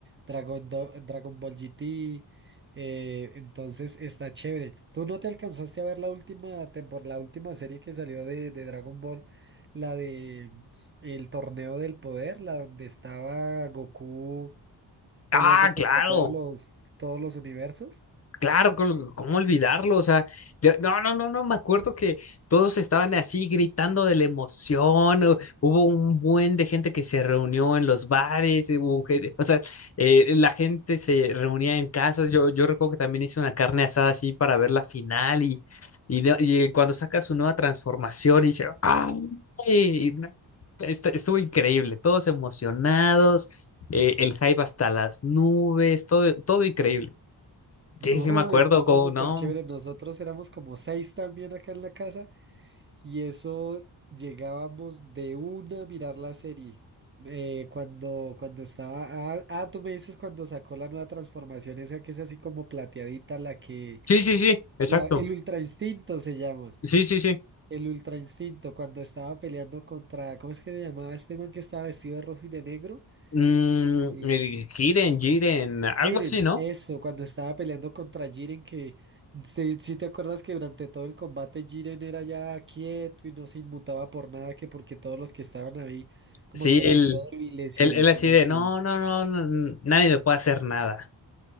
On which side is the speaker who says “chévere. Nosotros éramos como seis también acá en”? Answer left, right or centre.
Right